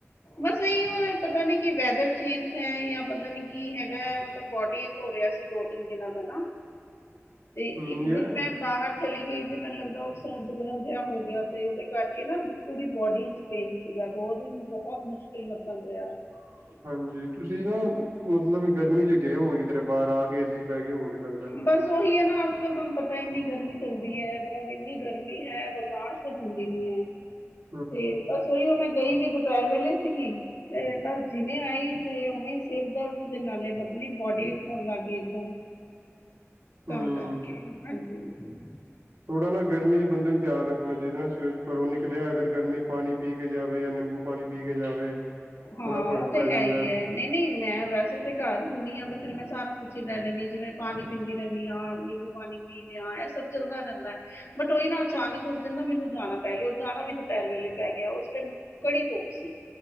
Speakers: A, on the left (about 65°); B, on the right (about 80°).
A: ਬਸ ਇਹੀਓ ਪਤਾ ਨੀ, ਕਿ ਵੈਦਰ ਚੇਂਜ ਹੈ, ਜਾਂ ਪਤਾ ਨੀ ਕੀ ਹੈਗਾ ਹੈ? ਮਤਲਬ ਬੋਡੀ,, ਹੋ ਰਿਹਾ ਦੋ ਤਿੰਨ ਦਿਨਾਂ ਦਾ ਨਾ ਤੇ ਇੱਕ
B: <unintelligible> ਹਮ
A: ਦਿਨ
B: ਜ,,,
A: ਮੈਂ ਬਾਹਰ ਚਲੀ ਗਈ, ਤੇ ਮੈਨੂੰ ਲੱਗਦਾ ਉਹ ਸਰਦ ਗਰਮ ਜਿਹਾ ਹੋ ਗਿਆ। ਤੇ ਉਹਦੇ ਕਰਕੇ ਨਾ ਪੂਰੀ ਬੋਡੀ, ਪੇਨ ਸੀਗਾ ਦੋ ਦਿਨ ਬਹੁਤ ਮੁਸ਼ਕਿਲ ਮਤਲਬ ਰਿਹਾ।
B: <unintelligible> ਹਾਂਜੀ ਤੁਸੀਂ ਨਾ ਮਤਲਬ ਗਰਮੀ ਚ ਗਏ ਹੋ ਕਿਧਰੇ ਬਾਹਰ ਆ ਕੇ ਏ ਸੀ ਚ ਪੈ ਕੇ ਹੋ ਕੇ ਲੱਗਦਾ
A: ਬਸ ਉਹੀ ਹੈ ਨਾ ਅੱਜ ਕੱਲ੍ਹ ਤੁਹਾਨੂੰ ਪਤਾ ਇੰਨੀ ਗਰਮੀ ਪੈਦੀ ਹੈ ਮਤਲਬ ਇੰਨੀ ਗਰਮੀ ਹੈ ਬਰਦਾਸ਼ਤ ਹੁੰਦੀ ਨੀ ਐ
B: <inaudible>
A: ਤੇ ਬਸ ਉਹੀ ਉਹ ਮੈਂ ਗਈ ਵੀ ਦੁਪਹਿਰ ਵੇਲੇ ਸੀਗੀ ਤੇ ਬਸ ਜਿਵੇਂ ਆਈ ਤੇ ਉਵੇਂ ਸਿਰ ਦਰਦ ਦੇ ਨਾਲੇ ਬਦਲੀ ਬੋਡੀ ਹੋਣ ਲੱਗ ਗਈ ਇਕਦਮ ਤਾ
B: ਹਮ
A: ਕਰਕੇ ਹਾਂਜੀ ਹਾਂਜੀ
B: ਥੋੜਾ ਨਾ ਗਰਮੀ ਚ ਬੰਦੇ ਨੂੰ ਧਿਆਨ ਰੱਖਣਾ ਚਾਹੀਦਾ ਨਾ ਸਵੇਰੇ ਘਰੋਂ ਨਿਕਲਿਆ ਅਗਰ ਗਰਮੀ ਪਾਣੀ ਪੀ ਕੇ ਜਾਵੇ ਨਿੰਬੂ ਪਾਣੀ ਪੀ ਕੇ ਜਾਵੇ ਥੋੜ੍ਹਾ
A: ਹਾਂ
B: ਫ਼ਰਕ
A: ਉਹ ਤੇ
B: ਪੈ ਜਾਂਦਾ
A: ਹੈ ਹੀ
B: ਐ
A: ਹੈ ਨਹੀਂ ਨਹੀਂ ਮੈਂ ਵੈਸੇ ਤਾਂ ਘਰ ਹੁੰਦੀ ਆ ਫਿਰ ਮੈਂ ਸਾਰਾ ਕੁੱਛ ਹੀ ਲੈ ਲੈਂਦੀ ਹਾਂ ਜਿਵੇਂ ਮੈਂ ਪਾਣੀ ਪੀਂਦੀ ਰਹਿੰਦੀ ਆ ਪਾਣੀ ਪੀ ਲਿਆ ਇਹ ਸਭ ਚੱਲਦਾ ਰਹਿੰਦਾ ਹੈ ਕੋਈ ਨਾ ਅਚਾਨਕ ਉਸ ਦਿਨ ਨਾ ਮੈਨੂੰ ਜਾਣਾ ਪੈ ਗਿਆ ਜਾਣਾ ਵੀ ਦੁਪਹਿਰ ਵੇਲੇ ਪੈ ਗਿਆ ਉਸ ਟਾਈਮ ਬੜੀ ਧੁੱਪ ਸੀ